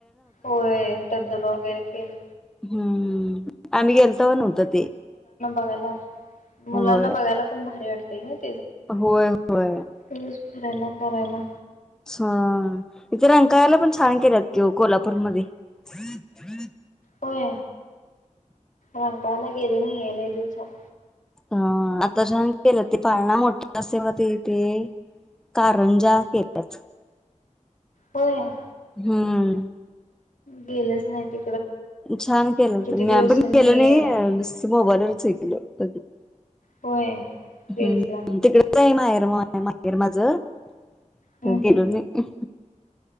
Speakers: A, on the left (about 85°); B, in the centre.
A: होय धबधबा वगैरे केला
B: हम्म आम्ही गेल तर नव्हत ते
A: होगला मुलांना
B: होय
A: बघायला पण भारी वाटते प
B: होय होय
A: फिरायला करायला कररायला
B: हा इथे रंकाला पण स्ान केलंत कि कोल्हापूरमध्येध्ये हम् हम्
A: होय रा कयला गेले नाइये लई दिवस झाल.
B: ह आता छान केल ते पाळणा मोठा असेवा ते ते कारंजा केल्यात.
A: होय.
B: हम्म.
A: गेलच नाही ते.
B: छान केल त म्या
A: दिवसांनी
B: पण केल नयी नुसत मोबाईलवरच ऐकल. <inaudible>
A: होय रिल्सला
B: हम्म तिकड <unintelligible> माहेर माझ अ
A: हम्म
B: गेलो नयी